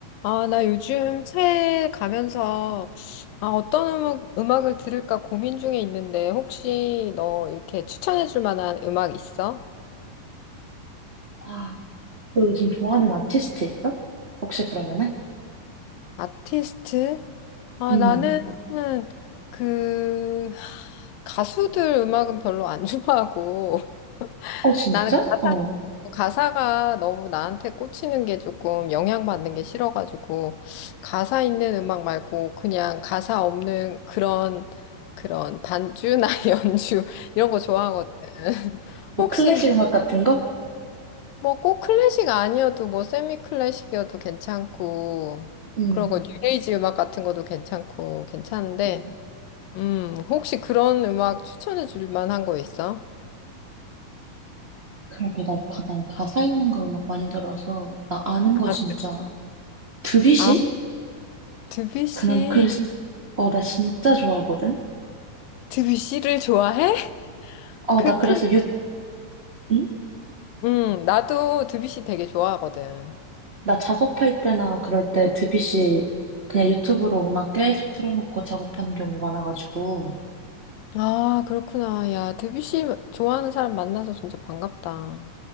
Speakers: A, on the left; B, on the right.
A: 아, 나 요즘 차에 가면서 아, 어떤 음, 음악을 들을까 고민 중에 있는데 혹시 너 이렇게 추천해 줄 만한 음악 있어?
B: 아, 너 요즘 좋아하는 아티스트 있어? 혹시 그러면은?
A: 아티스트? 아,
B: 음.
A: 나는 음, 그 가수들 음악은 별로 안 <laughs> 좋아하고
B: 어, 진짜?
A: 나는 가사,
B: 어.
A: 가사가 너무 나한테 꽂히는 게 조금 영향받는 게 싫어가지고, 가사 있는 음악 말고 그냥 가사 없는 그런, 그런 반주나 <laughs> 연주, 이런 거 좋아하거든.
B: 뭐
A: 혹시
B: 클래식 음악 같은 거?
A: 뭐 꼭 클래식 아니어도 뭐 세미 클래식이어도 괜찮고,
B: 음.
A: 그런 거 뉴에이지 음악 같은 것도 괜찮고, 괜찮은데,
B: 음.
A: 음, 혹시 그런 음악 추천해 줄 만한 거 있어?
B: 그러게, 나, 가, 난 가사 있는 거 음악 많이 들어서, 나 아는 거
A: 아,
B: 진짜. 드뷔시?
A: 아, 드뷔시,
B: 그나마 클래식? 어, 나 진짜 좋아하거든?
A: 드뷔시를 좋아해?
B: 어,
A: 그
B: 나 그래서
A: 큰,
B: 유, 응?
A: 음, 나도 드뷔시 되게 좋아하거든.
B: 나 작업할 때나 그럴 때 드뷔시 그냥 유튜브로 음악 계속 틀어놓고 작업하는 경우 많아가지고.
A: 아, 그렇구나. 야, 드뷔시 좋아하는 사람 만나서 진짜 반갑다.